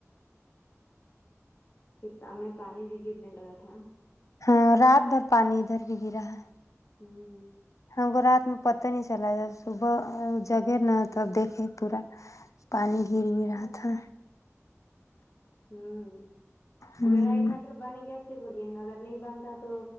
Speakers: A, on the left; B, on the left.
A: پھر شام میں پانی بھی گرنے لگا تھا
B: ہاں رات بھر پانی ادھر بھی گرا ہے
A: ہوں
B: ہم کو رات میں پتہ نہیں چلا جب صبح جگے نا تب دیکھے پورا پانی گر بھی رہا تھا
A: ہوں
B: ہ
A: میرآین ورٹر بن گیا سے بولیے اگر نہیں بنتا تو